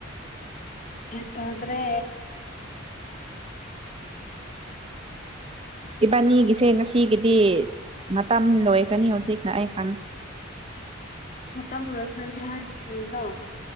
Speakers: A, on the left; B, on the right.
A: ꯌꯦꯠꯇꯗ꯭ꯔꯦ
B: ꯏꯕꯥꯅꯤꯒꯤꯁꯦ ꯉꯁꯤꯒꯤꯗꯤ ꯃꯇꯝ ꯂꯣꯏꯈ꯭ꯔꯅꯤ ꯍꯧꯖꯤꯛꯅ ꯑꯩ ꯈꯪꯉꯤ
A: ꯇꯝ ꯂꯣꯏ ꯈ꯭ꯔꯅꯤ ꯍꯥꯏꯔꯗꯤ ꯀꯩꯅꯣ